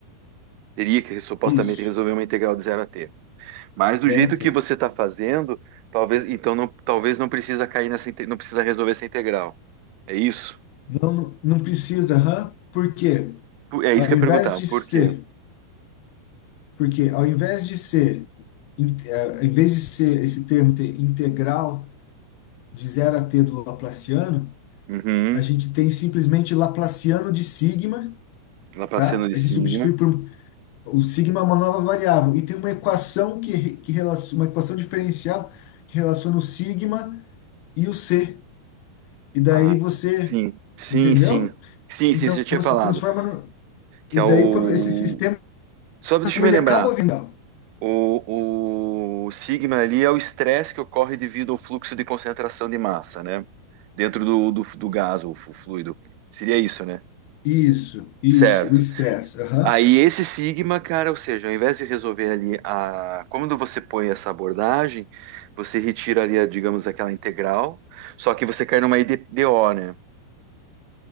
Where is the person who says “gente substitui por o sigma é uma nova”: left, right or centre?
Left